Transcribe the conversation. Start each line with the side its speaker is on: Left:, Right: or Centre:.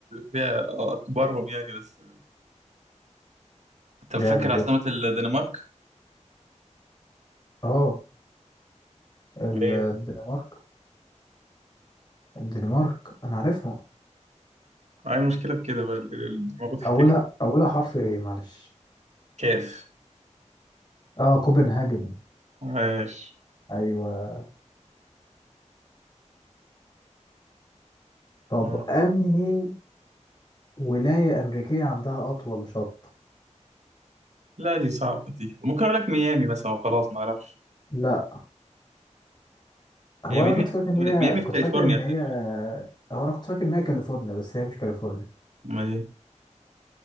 Right: فيها آه، اكبرهم يعني بس طب
Left: جامد
Right: فاكر عاصمة
Left: يا اسطى.
Right: الدنمارك؟
Left: اه ال-
Right: ايه
Left: الدنمارك الدنمارك أنا عارفها
Right: هاي المشكلة بكده بقى المفروض تفتكر
Left: أولها أولها حرف إيه معلش؟
Right: كاف
Left: اه كوبنهاجن
Right: عاش
Left: أيوه طب
Right: آه.
Left: أنهي ولاية أمريكية عندها أطول شط؟
Right: لا دي صعبة دي ممكن اقول لك ميامي مثلا وخلاص ما اعرفش
Left: لا هو
Right: هي
Left: انا
Right: ميامي
Left: كنت
Right: اصلا
Left: فاكر ان هي
Right: ميامي
Left: كنت
Right: في كاليفورنيا
Left: فاكر ان
Right: تقريبا
Left: هي هو انا كنت فاكر ان هي كاليفورنيا بس هي مش كاليفورنيا
Right: ما دي